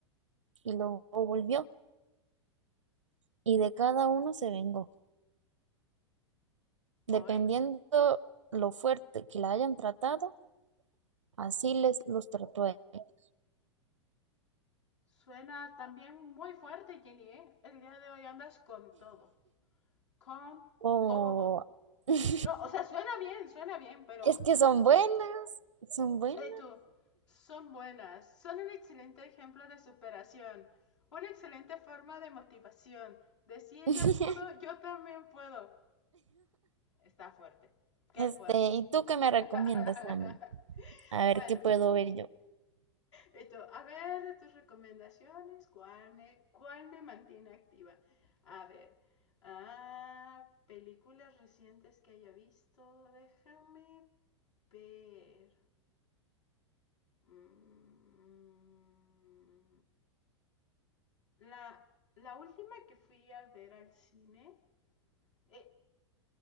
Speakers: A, on the right; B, on the left.
A: y luego volvió. Y de cada uno se vengó, dependiendo
B: Hoy.
A: lo fuerte que la hayan tratado Así les los trató <laughs>
B: Suena también muy fuerte, Jenny, ¿eh? El día de hoy andas con todo. Con
A: O
B: todo.
A: <laughs>
B: No, o sea, suena bien, suena bien, pero...
A: es que son buenas, son buenas.
B: Eh, tú, son buenas. Son un excelente ejemplo de superación. Una excelente forma de motivación. De si ella
A: <laughs>
B: pudo, yo también puedo. Está fuerte. Qué
A: Este,
B: fuerte.
A: ¿y tú qué me recomiendas
B: <laughs>
A: a mí? A ver
B: bueno,
A: qué puedo ver yo.
B: Esto, a ver, de tus recomendaciones, ¿cuál me, cuál me mantiene activa? A ver, ah, películas recientes que haya visto, déjame ver. Mm, la, la última que fui a ver al cine, eh,